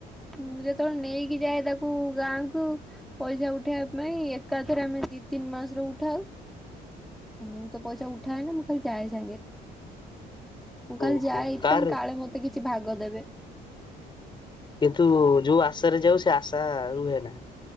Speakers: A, in the centre; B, on the left.
A: ମୁଁ ଯେତେବେଳେ ନେଇକି ଯାଏ ତାକୁ ଗାଁକୁ ପଇସା ଉଠେଇବା ପାଇଁ ଏକାଥରେ ଆମେ ଦି ତିନି ମାସରେ ଉଠାଉ। ମୁଁ ତ ପଇସା ଉଠାଏ ନା ମୁଁ ଖାଲି ଯାଏ ସାଙ୍ଗେରେ। ମୁଁ ଖାଲି
B: ଓହୋ
A: ଯାଏ ଏଇଥିପାଇଁ
B: କାରରେ
A: କାଳେ ମତେ କିଛି ଭାଗ ଦେବେ।
B: କିନ୍ତୁ ଯୋଉ ଆଶାରେ ଯାଉ ସେ ଆଶା ରୁହେ ନା।